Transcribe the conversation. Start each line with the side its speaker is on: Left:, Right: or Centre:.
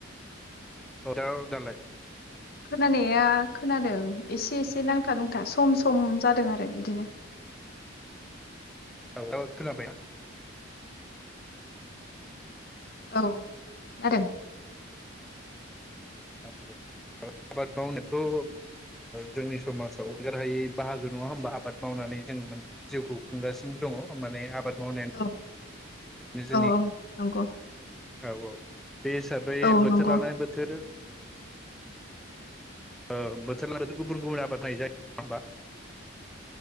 Centre: <inaudible> दालाय
Left: खोनानाया खोनादों एसे एसे नांथा नोंथा सम सम जादों आरो इदिनो।
Centre: औ <unintelligible> खोनाबायना?
Left: औ खोनादों।
Centre: <unintelligible> आबाद मावनायाथ ओ जोंनि समाजाव जेरहायै बाहागो नङा होमबा आबाद मावनानै जों जिउखौ खुंगासिनो दङ होन माने आबाद मावनायानो
Left: औ
Centre: जोंनि
Left: औ औ नंगौ।
Centre: औ औ बे हिसाबै
Left: औ
Centre: बोथोर
Left: नंगौ
Centre: लानानै बोथोर ओ बोथोर लाना <unintelligible> गुबुन-गुबुन आबाद <unintelligible> नाय जायो नङा होमबा